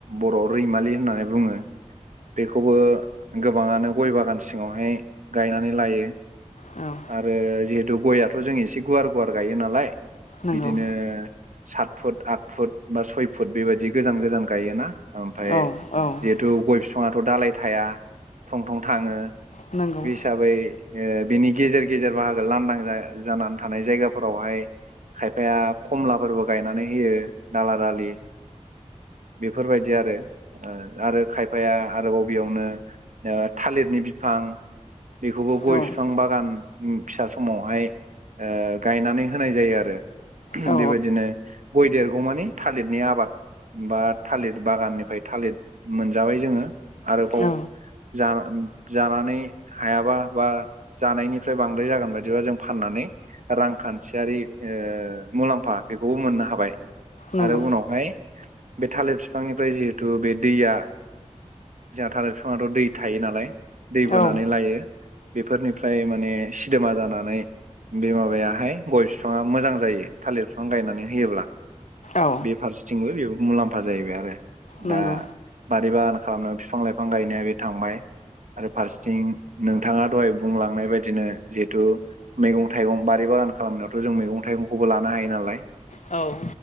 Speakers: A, on the right; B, on the left.
A: बरयाव रैमालि होननानै बुङो बेखौबो गोबाङानो गय बागान सिङावहाय गायनानै लायो
B: औ
A: आरो जिहेतु गयाथ' जों एसे गुवार गुवार गायो नालाय
B: नंगौ
A: बिदिनो ओ सात फुट आट फुट बा सय फुट बेबादि गोजान गोजान गायोना आमफ्राय
B: औ औ
A: न्थु गय बिफाङाथ' दालाय थाया थं थं थाङो
B: नंगौ
A: बे हिसाबै ओह बिनि गेजेर गेजेर बाहागो लांदां जा जानानै थानाय जायगाफोरावहाय खायफाया खमलाफोरबो गायनानै होयो दाला दालि बेफोरबायदि आरो ओह आरो खायफाया आरोबाव बेयावनो थालिरनि बिफां बेखौबो गय
B: औ
A: बिफां बागान उम फिसा समावहाय ओह गायनानै होनाय जायो आरो ऊम
B: औ
A: बेबायदिनो गय देरगौ मानि थालिरनि आबाद बा थालिर बागाननिफ्राय थालिर मोनजाबाय जोङो आरोबाव
B: औ
A: जा जानानै हायाबा बा जानायनिफ्राय बांद्राय जागोन बायदिबा जों फाननानै रांखान्थियारि ओह मुलाम्फा बेखौबो मोननो हाबाय
B: नंगौ
A: आरो उनावहाय बे थालिर बिफांनिफ्राय जिहेतु बे दैया जोंहा थालिरफ बिाङाथ' दै थायो नालाय दै बोनानै
B: औ
A: लायो बेफोरनिफ्राय माने सिदेोमा जानानै बे माबायाहाय गय बिफाङा मोजां जायो थालिर बिफां गायनानै होयोब्ला
B: औ
A: बेफारसेथिंबो बे मुलाम्फा जाहैबाय आरो
B: नंगौ
A: दा बारि बागान खालामनायाव बिफां लाइफां गायनाया बे थांबाय आरो फारसेथिं नोंथाङा दहाय बुंलांनाय बायदिनो जिहेथु मैगं थाइगं बारि बागान खालामनायावथ' जों मैगं थाइगंखौबो लानो हायो नालाय
B: औ